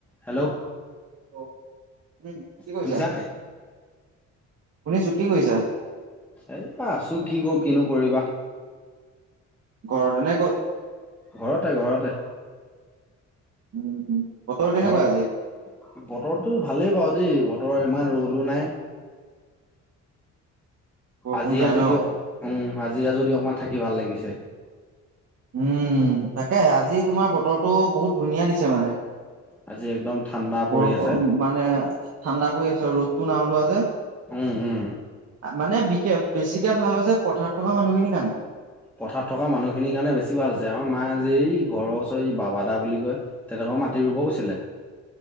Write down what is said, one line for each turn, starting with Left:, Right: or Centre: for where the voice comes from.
Centre: হেল্ল'?
Right: অ উম, কি কৰিছা
Centre: শুনিছা
Right: শুনিছো
Centre: নাই
Right: কি কৰিছা?
Centre: এ আছো কি কৰো কিনো কৰিবা।
Right: ঘৰতেনে ক'ত?
Centre: ঘৰতে ঘৰতে।
Right: উম, উম। বতৰ কেনেকুৱা
Centre: ঘৰত
Right: আজি
Centre: বতৰটো ভালেই বাৰু দেই বতৰ বতৰ ইমান ৰ'দো নাই।
Right: বৰষুণ
Centre: আজিহে
Right: নাই
Centre: যদি
Right: ন
Centre: অ', উম আজিহে যদি অকমান থাকি ভাল লাগিছে।
Right: উম, তাকে আজি তোমাৰ বতৰটো বহুত ধুনীয়া দিছে মানে।
Centre: আজি একদম ঠাণ্ডা
Right: বৰষুণ
Centre: পৰি আছে
Right: মানে ঠাণ্ডা পৰি আছে আৰু ৰ'দতটো নাই ওলোৱা যে।
Centre: উম, উম।
Right: মানে বিশে বেছিকে ভাল হৈছে পথাৰত থকা মানুহখিনি কাৰনে।
Centre: পথাৰত থকা মানুহখিনিৰ কাৰণে বেছি ভাল হৈছে আমাৰ মা আজি এই ঘৰৰ ওচৰ বাবা দা বুলি কয় তেখেতৰ মাটি ৰুব গৈছিলে।